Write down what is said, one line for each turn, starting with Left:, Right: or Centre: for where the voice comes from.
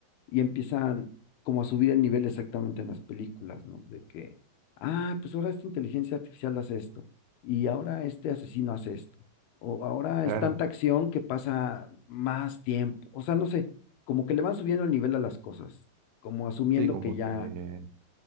Left: Y empiezan como a subir el nivel exactamente en las películas, ¿no? De que, ah, pues ahora esta inteligencia artificial hace esto. Y ahora este asesino hace esto. O ahora
Right: Claro,
Left: es tanta acción que pasa más tiempo. O sea, no sé, como que le van subiendo el nivel a las cosas, como asumiendo
Right: sí, como
Left: que ya,
Right: que